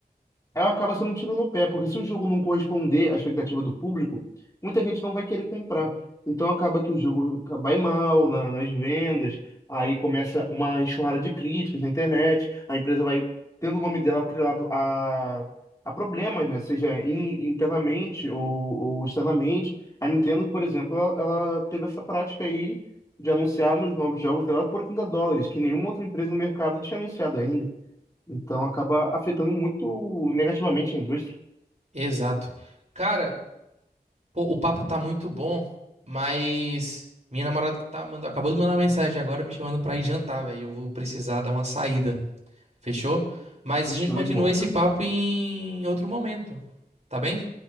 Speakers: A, on the left; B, on the right.
A: ela acaba sendo um tiro no pé, porque se o jogo não corresponder à expectativa do público, muita gente não vai querer comprar. Então acaba que o jogo vai mal na- nas vendas, aí começa uma enxurrada de críticas na internet, a empresa vai tendo o nome dela atrelado a, a problemas, né? Seja in- internamente ou, ou externamente. A Nintendo, por exemplo, ela, ela teve essa prática aí de anunciar os novos jogos dela por 30 dólares, que nenhuma outra empresa no mercado tinha anunciado ainda. Então acaba afetando muito negativamente a indústria.
B: Exato. Cara, pô, o papo tá muito bom, mas minha namorada tá mandando, acabou de mandar uma mensagem agora me chamando pra ir jantar, velho. Eu vou precisar dar uma saída. Fechou? Mas
A: Continua,
B: a gente continua
A: irmão.
B: esse papo em outro momento. Tá bem?